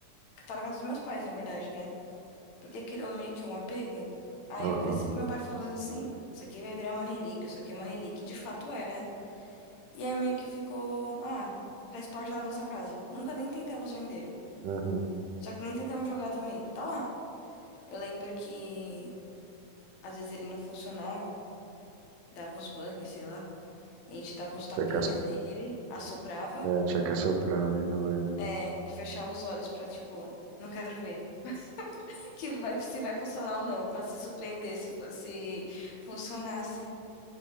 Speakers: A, on the left; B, on the right.
A: que tá na casa dos meus pais, na verdade, né? Porque criou meio que um apego. Aí
B: Aham,
A: eu cresci com meu pai falando assim: Isso aqui vai virar uma relíquia, isso aqui é uma relíquia. E De fato é, né? E aí meio que ficou: Ah, faz parte da nossa casa. Nunca nem tentamos vender.
B: uhum, uhum.
A: Só que nem tentamos jogar também. Tá lá. Eu lembro que às vezes ele não funcionava, dava uns bugs, sei lá. E a gente dava uns tapinhas
B: Que é
A: nele, assoprava,
B: É, tinha que assoprar, né? Eu lembro.
A: é, e fechava os olhos pra, tipo, não quero ver. <laughs> Que vai, se vai funcionar ou não, pra se surpreender se, fo- se funcionasse.